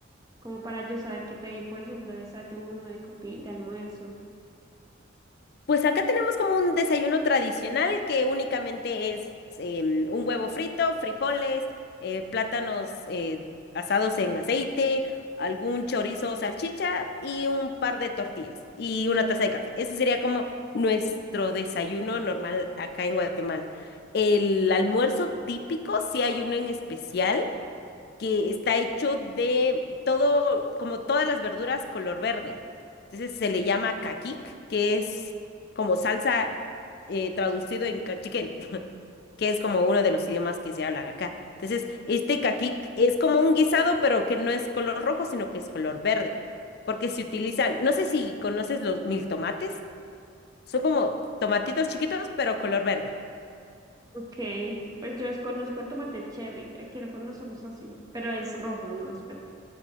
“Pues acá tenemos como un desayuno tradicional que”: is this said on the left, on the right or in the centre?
Left